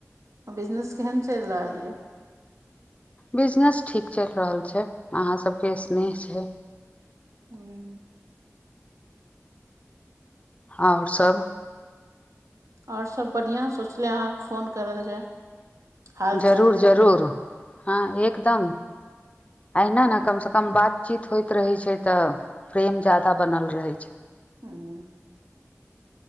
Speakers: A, on the right; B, on the left.
A: बिजनेस केहन चलि रहल यऽ
B: बिजनेस ठीक चलि रहल छै अहा सब के स्नेह छै
A: ह <unintelligible>
B: आओर सभ
A: आओर सभ बढ़िआँ सोचले अहाँकेँ फोन करल जाय हाल
B: जरूर
A: चाल
B: जरूर
A: लै ले
B: हँ एक एकदम एहिना न कमस कम बातचीत होइत रहै छै त प्रेम जादा बनल रहे छै
A: ह्म